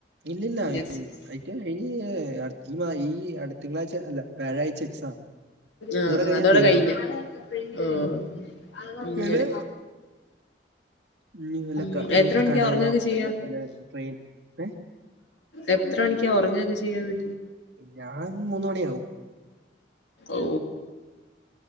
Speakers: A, on the right; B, on the left.
A: ഇല്ലില്ല.
B: യെസ്, യെസ്
A: അതിന്റെ കഴിഞ്ഞ് അടുത്ത ഈ മാ- ഈ അടുത്ത തിങ്കളാഴ്ച അല്ല. വ്യാഴാഴ്ച എക്സാം.
B: ആഹ്,
A: അതോടെ
B: ആഹ്
A: കഴിഞ്ഞാൽ
B: അതൗടെ
A: തീർന്നു
B: കഴ്‌ഞ്ഞു. ആഹ് അങ്ങെനെ.
A: പിന്നെ ഇനി വല്ല
B: ഉം
A: ക- ഏഹ്
B: എത്ര മണിക്യ
A: കടയിലോ
B: ഉർങ്ങൊക്കെ ചെയ്യാ.
A: വല്ല ട്രെയിൻ ഏ
B: എത്ര മണിക്ക ഒർങ്ങൊക്കെ ചെയ്യാ വീ
A: ഞാൻ മൂന്ന് മണിയാവും.
B: ഔ